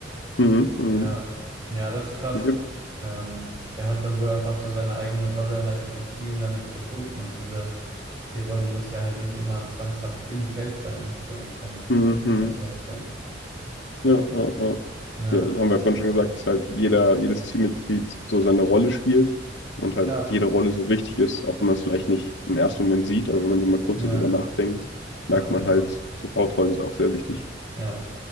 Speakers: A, on the left; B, on the right.
A: Mhm. Mhm.
B: Ja, ja, das ist krass.
A: Mhm.
B: Ähm, der hat dann wohl einfach so seine eigene Rolle halt im Team dann gefunden und diese, die Rolle muss ja halt nicht immer zwangshaft im Feld sein, sondern kann auch
A: Mhm.
B: einfach außerhalb sein.
A: Ja, ja, ja.
B: Ja,
A: Ja, das haben wir ja vorhin schon gesagt, dass halt jeder, jedes Teammitglied so seine Rolle spielt und halt
B: ja,
A: jede Rolle so wichtig ist, auch wenn man es vielleicht nicht im ersten Moment sieht, aber wenn man so mal kurz
B: ja,
A: so drüber nachdenkt, merkt
B: ja, genau.
A: man halt, Supportrollen sind auch sehr wichtig.
B: Ja,